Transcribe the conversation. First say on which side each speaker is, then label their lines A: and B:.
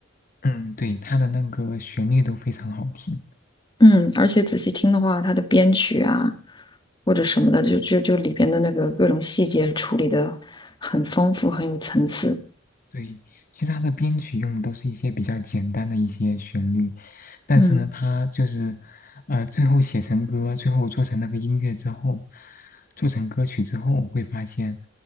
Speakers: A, on the left (about 45°); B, on the left (about 20°).
A: 嗯，嗯对，它的那个旋律都非常好听。
B: 嗯，而且仔细听的话，他的编曲啊或者什么的，就就就里边的那个各种细节处理的很丰富，很有层次。
A: 对，其实它的编曲用的都是一些比较简单的一些旋律，但是呢，
B: 嗯，
A: 它就是呃最后写成歌，最后做成那个音乐之后，做成歌曲之后，会发现